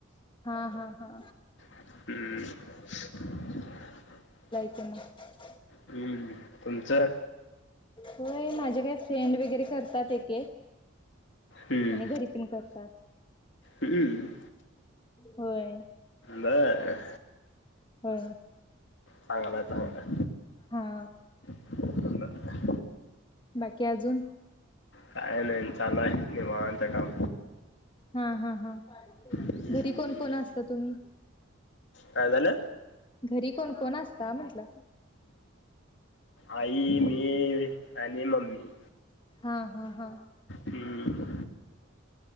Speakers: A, on the left; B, on the left.
A: हा हा हा.
B: हम्म.
A: ह <unintelligible>
B: हम्म तुमचं.
A: होय माझे काय फ्रेंड वगैरे करतात एके
B: हम्म
A: आणि घरी पण करतात.
B: हम्म.
A: होय.
B: बर.
A: हो.
B: चांगलंय चांगलंय.
A: हा.
B: अं, आहे.
A: बाकी अजून?
B: काय, नाही चालल निवांत काम.
A: हा हा हा,
B: हम्म
A: घरी कोण कोण असतं तुम्ही?
B: काय झाल?
A: घरी कोण कोण असता म्हटलं?
B: आई, मी आणि मम्मी.
A: हा हा हा.
B: हम्म